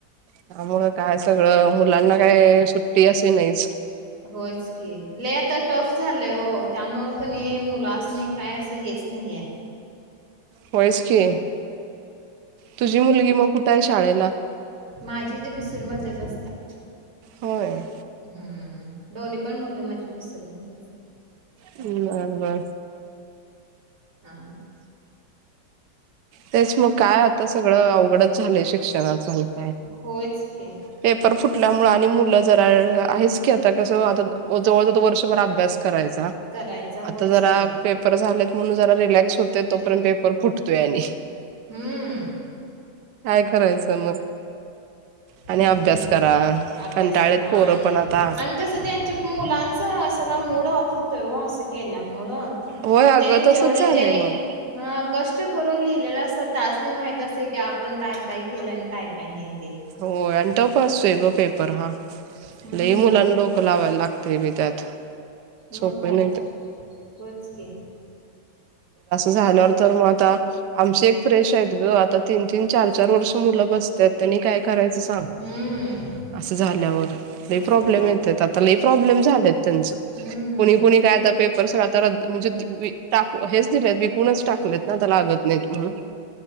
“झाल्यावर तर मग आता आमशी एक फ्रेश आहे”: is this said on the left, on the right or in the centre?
Right